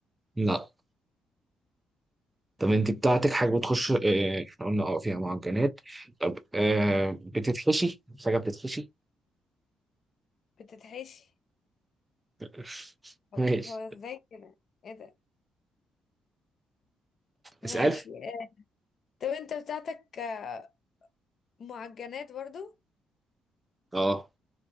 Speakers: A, on the right (about 20°); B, on the left (about 50°).
A: لا طب أنت بتاعتك حاجة
B: طيب
A: بتخش آه، إحنا قلنا اه فيها معجنات طب آه، بتتحشي حاجة بتتحشي
B: بتتحشي
A: <laughs>
B: هو
A: ماشي
B: هو ازاي كده ايه ده ماشي
A: اسألي
B: آه. طب انت بتاعتك آه، معجنات برضو
A: اه